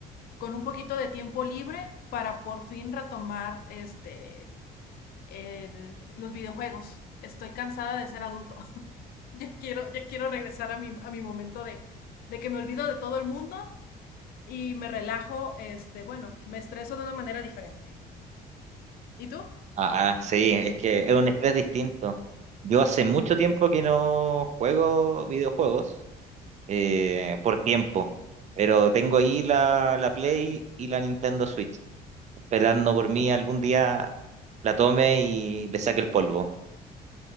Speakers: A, on the left; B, on the right.
A: Con un poquito de tiempo libre para por fin retomar, este, el- los videojuegos. Estoy cansada de ser adulto. <laughs> Ya quiero, ya quiero regresar a mi, a mi momento de, de que me olvido de todo el mundo y me relajo, este, bueno, me estreso de una manera diferente. ¿Y tú?
B: Ah, sí, es que es un estrés distinto. Yo hace mucho tiempo que no juego videojuegos eh, por tiempo, pero tengo ahí la, la Play y la Nintendo Switch, esperando por mí algún día la tome y le saque el polvo.